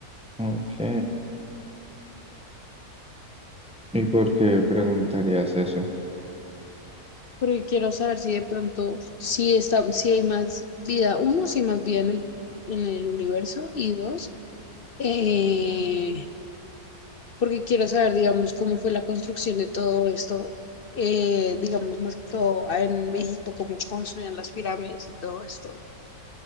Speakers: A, in the centre; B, on the left.
A: Ok. ¿Y por qué preguntarías eso?
B: Porque quiero saber si de pronto, si está, si hay más vida, uno, si hay más vida en el, en el universo, y dos, eh, porque quiero saber, digamos, cómo fue la construcción de todo esto, eh, digamos, más que todo ah, en México, cómo construían las pirámides y todo esto,